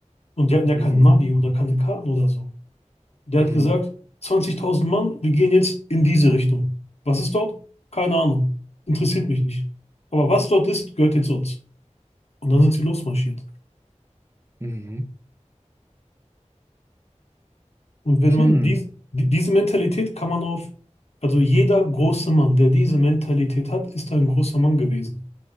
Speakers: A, on the left; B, on the right.
A: Und die hatten ja
B: Mhm.
A: kein Navi oder keine Karten oder so. Der
B: Mhm.
A: hat gesagt, 20.000 Mann, wir gehen jetzt in diese Richtung. Was ist dort? Keine Ahnung. Interessiert mich nicht. Aber was dort ist, gehört jetzt uns. Und dann sind sie losmarschiert.
B: Mhm.
A: Und wenn
B: Hm.
A: man dies, die, diese Mentalität kann man auf, also jeder große Mann, der diese Mentalität hat, ist ein großer Mann gewesen.